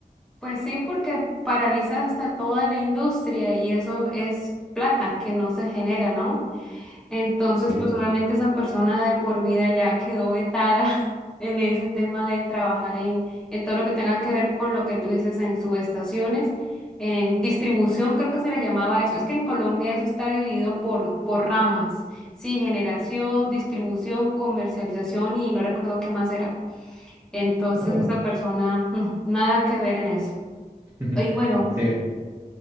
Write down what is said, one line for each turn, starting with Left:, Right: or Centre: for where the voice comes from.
Centre: Pues sí, porque paralizas hasta toda la industria y eso es plata que no se genera, ¿no? Entonces,
Right: Sí.
Centre: pues obviamente esa persona de por vida ya quedó vetada <laughs> en ese tema de trabajar en, en todo lo que tenga que ver con lo que tú dices en subestaciones, en distribución, creo que se le llamaba eso. Es que en Colombia eso está dividido por, por ramas, sí, generación, distribución, comercialización y no recuerdo qué más era. Entonces,
Right: Ah, ya.
Centre: esa persona, mm, nada que ver en eso.
Right: <laughs>
Centre: Y bueno,
Right: Sí,